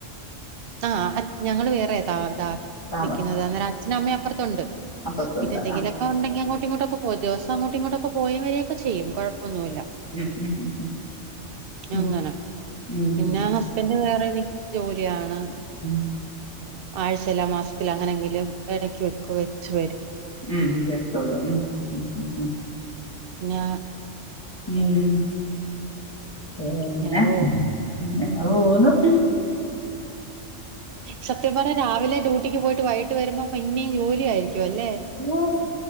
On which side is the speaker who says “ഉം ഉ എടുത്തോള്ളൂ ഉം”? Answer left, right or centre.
Left